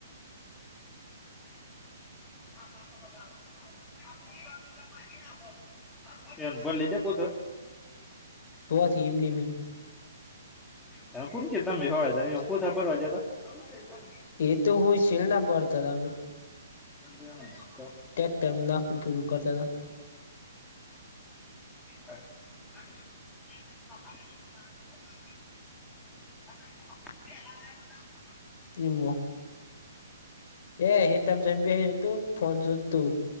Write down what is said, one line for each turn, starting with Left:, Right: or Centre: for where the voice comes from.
Centre: <unintelligible>
Left: સુવાથી એમનેમ એમની
Centre: તમે કોણ કી તમે સવારે જાયે કોથપડા ભરવાં જતાં
Left: એ તો હોય છેેલ ના ભરતાં તા અમે
Centre: <inaudible>
Left: ટેક્ટર ના પ પેલુ કરતા તા
Centre: <inaudible>
Left: નિમો એ હેટા જયને બેહેતો ફોન જોતું